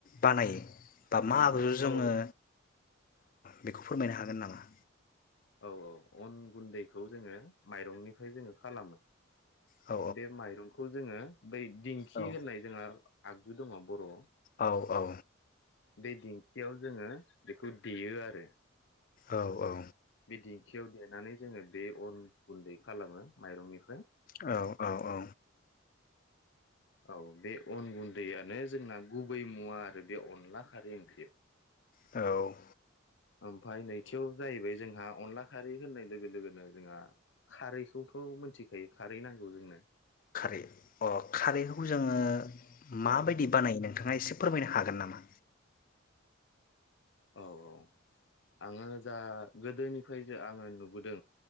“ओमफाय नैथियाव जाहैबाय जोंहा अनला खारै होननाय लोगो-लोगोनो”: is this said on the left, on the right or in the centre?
Left